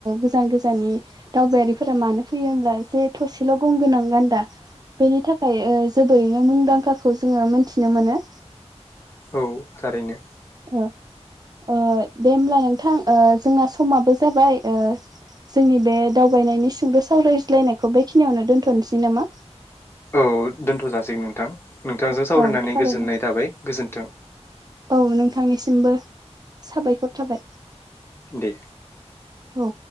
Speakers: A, on the right (about 35°); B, on the left (about 20°).
A: गोजान गोजाननि दावबायारिफोरा मानो फैयो होमब्ला जे थसेल' गं गोनां गान्दा बेनि थाखाय जोबोरैनो मुंदांखाखौ जोङो मोनथिनो मोनो।
B: औ थारैनो।
A: ओ ओ दे होमब्ला नोंथां ओ जोंना समाबो जाबाय। ओ जोंनि बे दावबायनायनि सुंद' सावरायज्लायनायखौ बेखिनियावनो दोन्थ'नोसै नामा।
B: औ दोन्थ' जासिगोन नोंथां नोंथांजों सावरायनानै
A: औ थारैनो
B: गोजोननाय थाबाय गोजोन्थों।
A: औ नोंथांनिसिमबो साबायखर थाबाय।
B: दे।
A: औ।